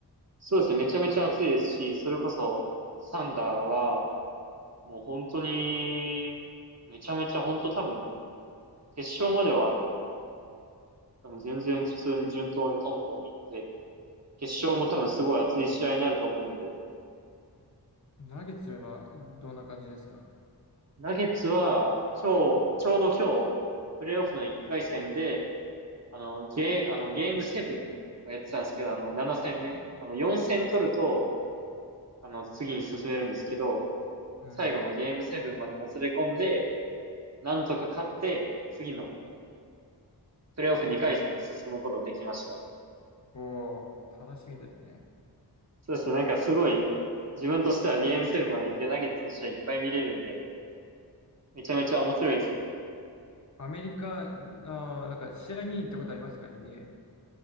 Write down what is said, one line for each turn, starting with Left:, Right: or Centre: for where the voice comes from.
Right: そうですね、めちゃめちゃ暑いですし、それこそ、サンダーは、もう本当に、めちゃめちゃ本当多分、決勝までは、多分全然普通に順当にトントン行って、決勝も多分すごい熱い試合になると思うんで、
Left: ナゲッツは今、どんな感じですか
Right: ナゲッツは、今日、ちょうど今日、プレイオフの1回戦で、あの、ゲー、あの、ゲームセブンをやってたんですけど、あの、7戦目、あの、4戦取ると、あの、次に進めるんですけど、
Left: うん。
Right: 最後のゲームセブンまでもつれ込んで、なんとか勝って、次のプレイオフ2回戦に進むことできましたね。
Left: おお、楽しみですね。
Right: そうですね、なんかすごい、自分としてはゲームセブンまで行ってナゲッツの試合いっぱい見れるんで、めちゃめちゃ面白いです
Left: アメリカ、あー、なんか試合見に行ったことありますか n b